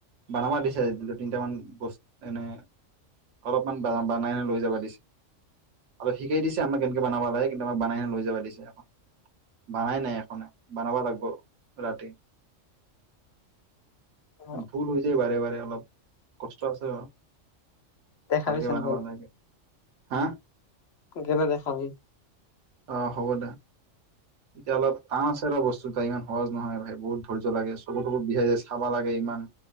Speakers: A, on the right; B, on the left.
A: বনাবা দিছেজ দু তিনিটামান বস্তু এনে অলপমান বনাই ন লৈ যাবা দিছে। আৰু শিকাই দিছে আমাক কেনেকে বনাব লাগে কিন্তু আমাক বনাইনে লৈ যাবা দিছে এখন বনাই নাই এখনে বনাবা লাগিব ৰাতি।
B: অ
A: ভুল হৈ যায় বাৰে বাৰে। অলপ কষ্ট আছে ন।
B: দেখাবিচোন
A: ভালকে বনাব লাগে। হা।
B: কেনে দেখা বি।
A: অ হ'ব দে। এতিয়া অলপ টান আছে ৰ বস্তু ত ইমান সহজ নহয় ভাই বহুত ধৈৰ্য লাগে চব চব বিহাই যায় চাবা লাগে ইমান